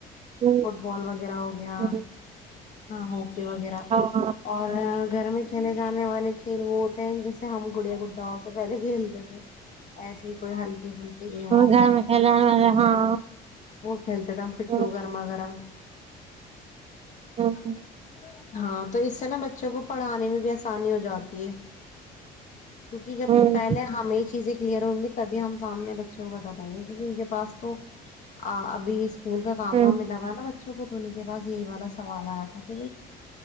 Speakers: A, on the right (about 35°); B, on the left (about 45°).
A: ہوں
B: فٹ بال وغیرہ ہو گیا
A: ہوں
B: ہو وغیرہ
A: ہاں
B: اور گھر میں کھیلے جانے والے کھیل وہ ہوتے ہیں جسے ہم گڑیا گڈا سے پہلے کھیلتے تھے ایسے ہی کوئی ہلکے پھلکے گیم ہو
A: گھر میں کل والا ہاں
B: اور ہیلت فٹ
A: ہوں
B: ہوگا مکرم یہ
A: ہوں
B: سامانس کا پ ہاں تو اس سے نا بچوں کو پڑھانے میں بھی آسانی ہو جاتی ہے کیوںکہ جب
A: ہوں
B: پہلے ہمیں چیزیں کلیئر ہوں گی تبھی ہم سامنے ائیں گے کیکہ ان کے پاس تو ابھی اسکول کا کام
A: ہوں
B: ملاوا بوں کو دھونے کے باس یہی والا سوال آیا تھا کہ